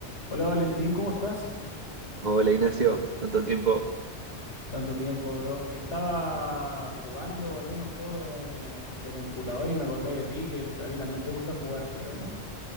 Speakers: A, on the left (about 80°); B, on the right (about 40°).
A: Hola Valentín, ¿cómo estás?
B: Hola Ignacio, tanto tiempo.
A: Tanto tiempo, bro. Estaba jugando algunos juegos de, de computador y me acordé de ti, que a ti también te gusta jugar, creo, ¿no?